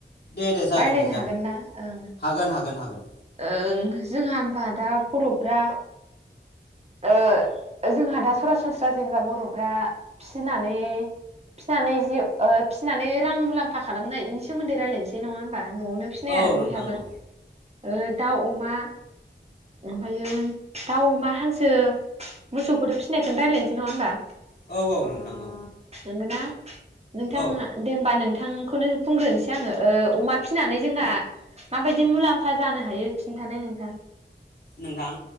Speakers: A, on the left; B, on the right.
A: दे दे जागोन
B: रायलायनो
A: दे जागोन
B: हागोन ना ओं
A: हागोन हागोन हागोन
B: ओं जोंहा दा बर'फ्रा ओ जोंहा दा सरासनस्रा जेनेबा बर'फ्रा फिनानै फिनानै जि ओ फिनानै रां मुलाम्फा खालामनाय बेनि सोमोन्दै रायज्लायनोसै नङा होमबा न'आवनो फिसिनाय
A: औ
B: आरो
A: नोंथां
B: बयहाबो
A: औ
B: ओ दाउ अमा ओमफायो दाउ अमा हांसो मोसौफोर फिसिनायखौनो रायज्लायनोसै नङा होमबा
A: औ औ नोंथां औ
B: नंगोना नोंथाङा
A: औ
B: दे होमबा नोंथांखौनो बुंग्रोनोसै आङो ओ अमा फिनानै जोंहा माबायदि मुलाम्फा जानो हायो खिन्थानाय नोंथां
A: नोंथां